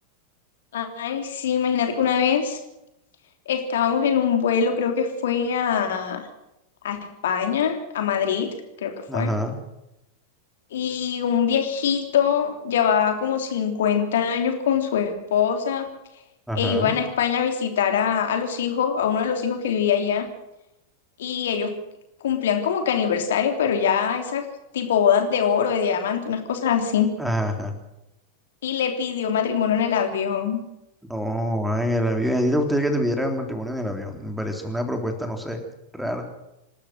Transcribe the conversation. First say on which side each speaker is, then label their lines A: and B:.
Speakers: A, on the left; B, in the centre.
A: Ay, sí, imagínate que una vez Estábamos en un vuelo, creo que fue a, a España, a Madrid, creo que fue.
B: Ajá,
A: Y un viejito llevaba como 50 años con su esposa
B: ajá,
A: e iban a España a visitar a, a los hijos, a uno de los hijos que vivía allá. Y ellos cumplían como que aniversario, pero ya esas tipo bodas de oro, de diamante, unas cosas así.
B: ajá.
A: Y le pidió matrimonio en el avión.
B: No, va en el avión. ¿A ti te gustaría que te pidieran matrimonio en el avión? Me parece una propuesta, no sé, rara.